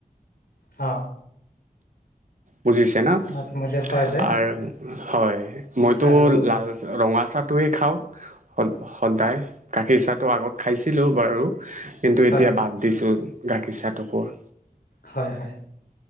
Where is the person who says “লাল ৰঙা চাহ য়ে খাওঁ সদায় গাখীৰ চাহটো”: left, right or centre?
Right